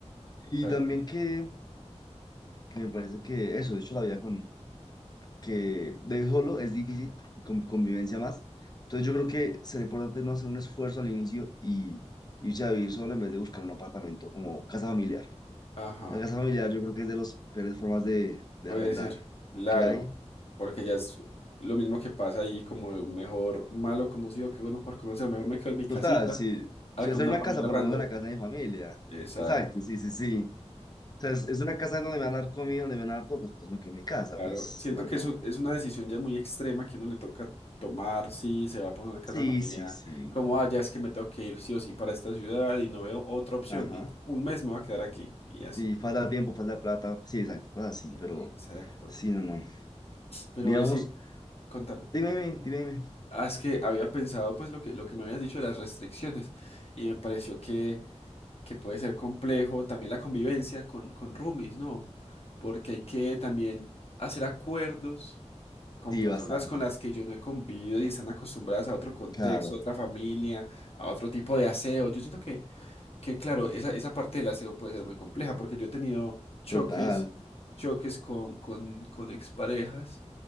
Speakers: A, on the left; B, on the left.
A: Y
B: exacto,
A: también que, que me parece que eso, de hecho, la vida con, que de solo es difícil, con convivencia más. Entonces yo creo que sería importante no hacer un esfuerzo al inicio y irse a vivir solo en vez de buscar un apartamento como casa familiar.
B: ajá.
A: La casa familiar yo creo que es de las peores formas de, de
B: Puede
A: arrendar
B: ser, claro,
A: que hay.
B: porque ya es lo mismo que pasa ahí, como mejor malo conocido que bueno por conocer, mejor me quedo en mi casita,
A: Total, si,
B: ah,
A: si
B: con
A: voy a hacer
B: una
A: una
B: familia
A: casa, por
B: random.
A: lo menos en la casa de mi familia.
B: Exacto,
A: Exacto, sí, sí, sí. O sea, es, es una casa donde me van a dar comida, donde me van a dar todo, pues paso que en mi casa,
B: claro.
A: pues
B: Siento
A: no
B: que
A: tengo...
B: es, un- es una decisión ya muy extrema que uno le toca tomar si se va para una casa
A: Sí,
B: familiar,
A: sí, sí.
B: como, ah, ya es que me tengo que ir sí o sí para esta ciudad y no veo otra opción,
A: Ajá.
B: mient- un mes me voy a quedar aquí y así.
A: Sí, falta de tiempo, falta de plata. Sí, exacto, cosas así,
B: E-
A: pero
B: Exacto.
A: sí, no, no.
B: Pero
A: Digamos,
B: eh, sí, contame.
A: dime, dime, dime, dime.
B: Ah, es que había pensado pues lo que, lo que me habías dicho de las restricciones y me pareció que... que puede ser complejo también la convivencia con, con roomies, ¿no? Porque hay que también hacer acuerdos con
A: Sí,
B: personas
A: bastante.
B: con las que yo no he convivido y están acostumbradas a otro contexto,
A: Claro,
B: a otra familia, a otro tipo de aseo. Yo siento que, que claro, esa, esa parte del aseo puede ser muy compleja porque yo he tenido choques,
A: total.
B: choques con, con, con exparejas